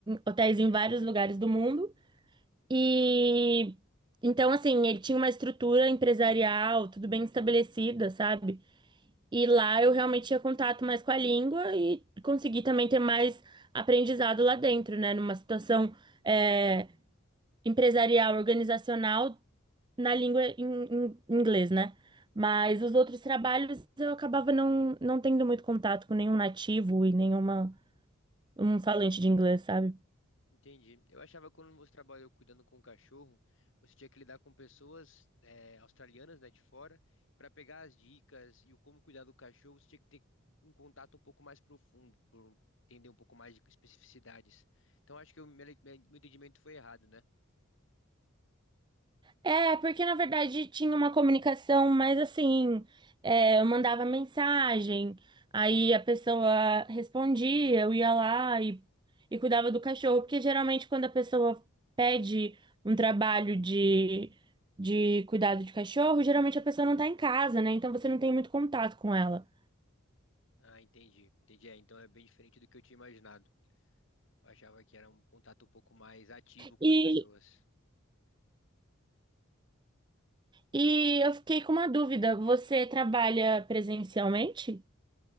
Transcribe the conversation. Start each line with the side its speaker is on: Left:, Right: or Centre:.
Right: hotéis em vários lugares do mundo. E então assim, ele tinha uma estrutura empresarial, tudo bem estabelecida, sabe? E lá eu realmente tinha contato mais com a língua e consegui também ter mais aprendizado lá dentro, né? Numa situação é, empresarial, organizacional, na língua em, em inglês, né? Mas os outros trabalhos eu acabava não, não tendo muito contato com nenhum nativo e nenhuma um falante de inglês, sabe?
Left: Entendi. Eu achava que quando você trabalhou cuidando com o cachorro, você tinha que lidar com pessoas eh, australianas, né, de fora, para pegar as dicas e o como cuidar do cachorro, você tinha que ter um contato um pouco mais profundo, por entender um pouco mais de especificidades. Então acho que o meu, meu meu entendimento foi errado, né?
Right: É, porque na verdade tinha uma comunicação mais assim, é, eu mandava mensagem, aí a pessoa respondia, eu ia lá e, e cuidava do cachorro, porque geralmente quando a pessoa pede um trabalho de, de cuidado de cachorro, geralmente a pessoa não tá em casa, né? Então você não tem muito contato com ela.
Left: Ah, entendi. Entendi. É, então é bem diferente do que eu tinha imaginado. Eu achava que era um contato um pouco mais ativo com
Right: E,
Left: as pessoas.
Right: e eu fiquei com uma dúvida, você trabalha presencialmente?